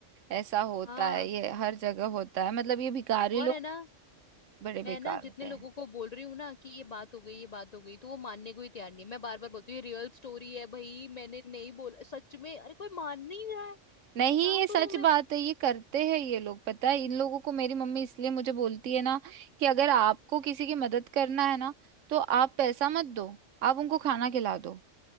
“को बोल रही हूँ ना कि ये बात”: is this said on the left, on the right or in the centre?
Left